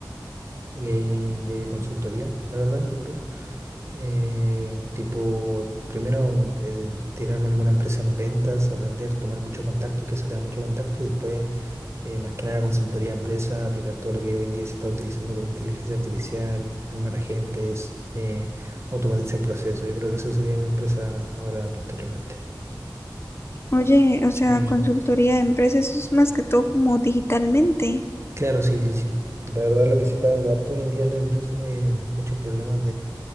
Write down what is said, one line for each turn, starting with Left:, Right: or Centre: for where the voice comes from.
Right: eh, de consultoría, la verdad, yo creo. Eh, tipo, primero eh, tirarme a alguna empresa en ventas, aprender, tomar mucho contacto, que eso te da mucho contacto, y después, eh, más que nada, consultoría a empresa, aplicar todo lo que hoy en día se está utilizando con inteligencia artificial, armar agentes, eh, automatizar procesos. Yo creo que eso sería mi empresa ahora posteriormente.
Left: Oye, o sea,
Right: Sí, sí,
Left: consultoría
Right: sí.
Left: de empresas, eso es más que todo como digitalmente.
Right: Claro, sí, sí, sí. La verdad, lo que se está dando harto hoy en día en las empresas es muchos problemas